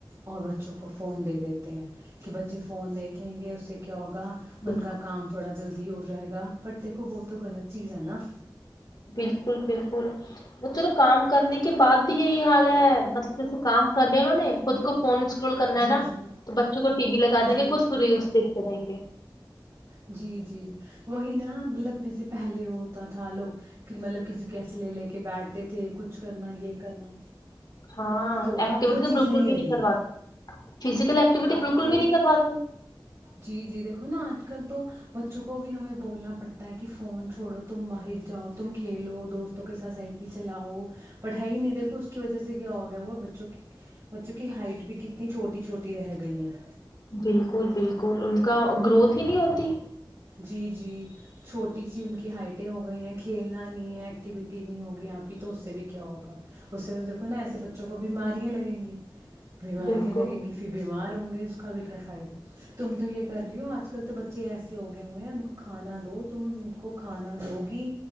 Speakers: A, on the right (about 45°); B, on the left (about 55°).
A: اور بچوں کو فون دے دیتے ہیں کہ بچے فون دیکھیں گے اس سے کیا ہو
B: ہیں
A: فن کا کام تھوڑا جلدی ہو جائے گا پر دیکھو وہ تو غلط چیز ہے نا
B: بالکل بالکل وہ چلو کام کرنے کے بعد بھی یہی حال ہے مطلب جیسے کام کر دیا انہوں نے خود کو فون سے فل کرنا ہے
A: جی
B: نا
A: جی
B: تو بچوں کو ٹی وی لگا دیں
A: جی
B: گے خود فری اس کریں گے
A: یہاں تو وہی نا مطلب جیسے پہلے ہوتا تھا لوگ کہ مطلب کسی کیسی لے لے کے بیٹھتے تھے کچھ کرنا یہ کرنا
B: ہاں
A: تو
B: ایکٹیوٹیز
A: اب وہ چیزیں
B: بالکل بھی نہیں
A: رہی
B: کرواتے فزیکل ایکٹیوٹی
A: اب
B: بالکل
A: وہ
B: بھی نہیں کرواتے
A: جی جی دیکھو نا آج کل تو بچوں کو بھی ہمیں بولنا پڑتا ہے کہ فون چھوڑو تم باہر جاؤ تم کھیلو دوستوں کے ساتھ ائی سائیکل چلاؤ پڑھا ہی نہیں دیکھو اس کی وجہ سے کہ بچوں کی بچوں کی ہائٹ بھی کتنی چھوٹی چھوٹی رہ گئی ہیں
B: بالکل بالکل ان کا گروتھ ہی نہیں ہوتی
A: جی جی چھوٹی سی ان کی ہائٹیں ہو گئی ہیں کھیلنا نہیں ہے ایکٹیوٹی نہیں ہوگی اپ کی تو اس سے بھی کیا ہوگا اس سے بھی دیکھو نا ایسے بچوں کو بیماری لگیں گی بیماریاں
B: بالکل
A: لگیں گی پھر بیمار اس کا بھی کیا فائدہ ہے تم تو یہ کر رہی ہو اج کل تو بچے ایسے کے ہوگئے ہوئے ہیں ان کو کھانا دو تم ان کو کھانا دو گی